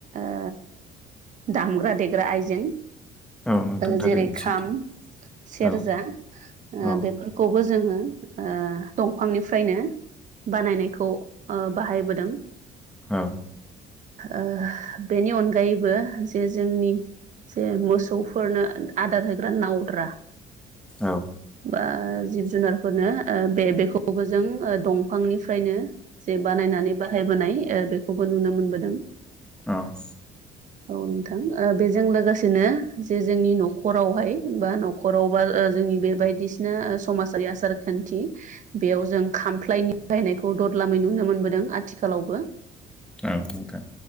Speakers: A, on the right; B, in the centre.
A: ओ दामग्रा देग्रा आइजें
B: औ नोंथां
A: ओ
B: थारैनो
A: जेरै खाम
B: सैथो
A: सेरजा
B: औ
A: ओ
B: औ
A: बेफोर खौबो जोंङो ओ दंफांनिफ्रायनो बानायनायखौ ओ बाहायबोदों।
B: औ।
A: ओ बेनि अनगायैबो जे जोंनि जे मोसौफोरनो आदार होग्रा नावद्रा
B: औ।
A: बा जिब जुनारफोरनो ओ बे बेखौबो जों ओ दंफांनिफ्रायनो जे बानायनानै बाहायबोनाय ओ बेखौबो नुनो मोनबोदों।
B: औ।
A: औ नोंथां ओ बेजों लोगोसेनो जे जोंनि न'खरावहाय बा न खरावबा ओ जोंनि बे बायदिसिना समाजारि आसार खान्थि बेयाव जों खामफ्लायनि बाहायनायखौ ददलामै नुनो मोनबोदों आथिखालावबो।
B: औ नोंथां।